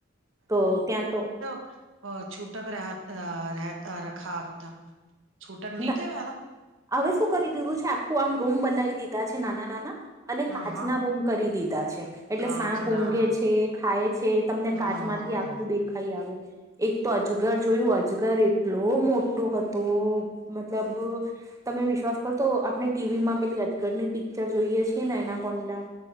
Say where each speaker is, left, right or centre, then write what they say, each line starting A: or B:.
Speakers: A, on the right (about 15°); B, on the right (about 80°).
A: તો ત્યાં તો
B: અહ છૂટક રહ અહ રહેતા રખા આપતા છૂટક નહી
A: ન
B: થાય પહેલા?
A: હવે શું કરી દીધું છે આખું આમ રૂમ બનાવી દીધા છે નાના નાના અને
B: હા
A: કાચના
B: હા
A: રૂમ કરી દીધા છે. એટલે
B: કાચ
A: સાપ
B: ના
A: ઊંઘે છે ખાય છે તમને
B: હા
A: કાચ માંથી આખવું દેખાય આવે. એક તો અજગર જોયું, અજગર એટલો મોટો હતો મતલબ તમે વિશ્વાસ કરશો આપણે ટી વી માં પેલી અજગરની પિક્ચર જોઈએ છીએ ને એનાકોન્ડા